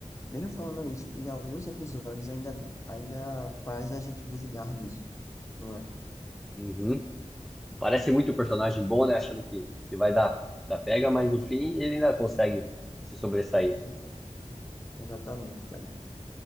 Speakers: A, on the left; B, in the centre.
A: Mesmo falando isso, em alguns episódios ainda, ainda faz a gente duvidar disso, não é?
B: Uhum. Parece muito um personagem bom, né? Achando que, que vai dar, dar pega, mas no fim ele ainda consegue se sobressair.
A: Então, Exatamente, cara.